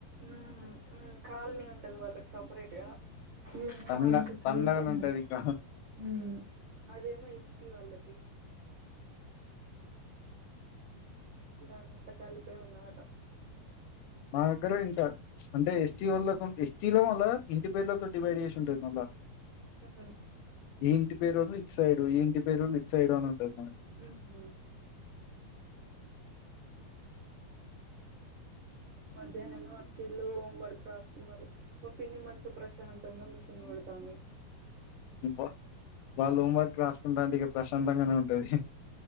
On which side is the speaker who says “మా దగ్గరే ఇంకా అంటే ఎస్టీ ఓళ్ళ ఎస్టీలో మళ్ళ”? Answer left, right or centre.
Left